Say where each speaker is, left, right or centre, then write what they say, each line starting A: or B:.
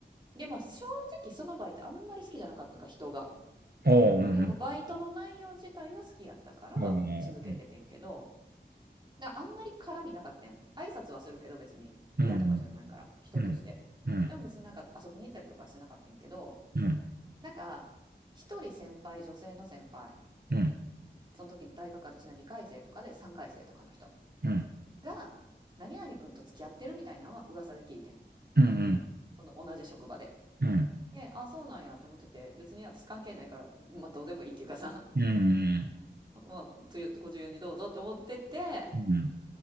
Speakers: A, on the right (about 25°); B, on the right (about 60°).
A: で、まあ正直そのバイトあんまり好きじゃなかったんか、人が。
B: あううん。
A: でもバイトの内容自体は好きやったから続けててんけど、
B: あ
A: だからあんまり絡みなかったん。挨拶はするけど別に嫌とかじゃないから、
B: う
A: 人として。
B: うん、うん、
A: でも別になんか遊びに行ったりとかはしなかったんけど、
B: うん、
A: なんか一人先輩、女性の先輩
B: うん、うん、
A: その時大学私が2回生とかで3回生とかの人
B: うん、
A: が何々君と付き合ってるみたいなのは噂で聞いてん
B: うん、うん、
A: その同じ職場で。
B: うん、うん、
A: でああそうなんやと思ってて別に私関係ないから、まあ、どうでもいいっていうかさ
B: うん、
A: <laughs> まあご自由にどうぞって思ってて
B: うん。